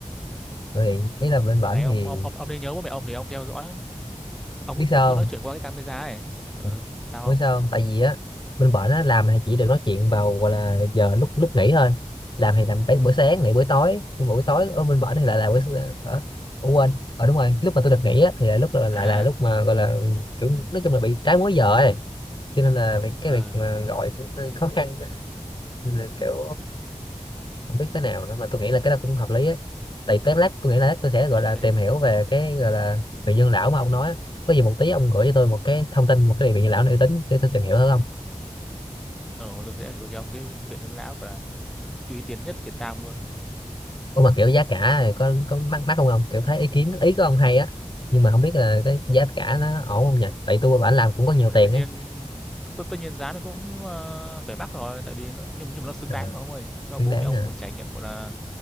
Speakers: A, on the left; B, in the centre.
A: gọi điện ý là bên
B: hàng
A: bển
B: ngày ông
A: thì
B: ông ông ông nên nhớ bố mẹ ông thì ông theo dõi ông
A: biết sao
B: ông cứ nói
A: không
B: chuyện qua cái camera ấy
A: Ừ,
B: ừ, sao
A: biết
B: không
A: sao không tại vì á bên bển á làm thì chỉ được nói chuyện vào gọi là giờ lúc lúc nghỉ thôi làm thì làm bấy- bữa sáng này bữa tối nhưng mà buổi tối ở bên bển thì lại là bữa s- ở, Ủa quên ờ đúng rồi lúc mà tôi được nghỉ á thì là lúc là, lại
B: à
A: là lúc mà gọi là kiểu
B: ừ,
A: nói chung là bị trái múi giờ ấy cho nên là việc- cái
B: ờ
A: việc mà gọi cũng hơi khó khăn Nên là kiểu không biết thế nào nữa mà tôi nghĩ là cái đó cũng hợp lý á tại tới lát tôi nghĩ là lát tôi sẽ
B: cái
A: gọi
B: đấy
A: là
B: cái đấy
A: tìm hiểu về cái gọi là vị nhân lão mà ông nói á. có gì một tí ông gửi cho tôi một cái thông tin một cái vị nhân lão uy tín để tôi tìm hiểu thử không
B: ờ tôi sẽ gửi cho ông cái viện dưỡng lão và uy tín nhất Việt Nam luôn
A: Ủa mà kiểu giá cả thì có có mắc mắc không ông kiểu thấy ý kiến ý của ông hay á nhưng mà không biết là cái giá cả nó ổn không nhỉ tại tôi bản làm cũng có nhiều
B: Ồ, thì
A: tiền
B: tất nhiên
A: ấy
B: tất, tất nhiên giá nó cũng ờ, phải mắc rồi tại vì nó nhưng mà, nhưng mà nó xứng
A: Ờ,
B: đáng mà ông ơi cho
A: xứng
B: bố
A: đáng
B: mẹ ông
A: à,
B: một trải nghiệm gọi là